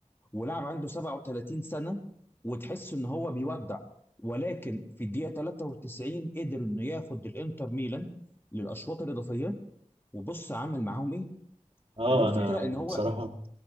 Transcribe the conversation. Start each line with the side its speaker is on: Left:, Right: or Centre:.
Left: ولاعب عنده 37 سنة وتحس ان هو بيودع ولكن في الدقيقة 93 قدر انه ياخد الانتر ميلان للاشواط الاضافية وبص عمل معاهم ايه
Right: اه
Left: فدي الفكرة
Right: انا
Left: ان
Right: بصراحه
Left: هو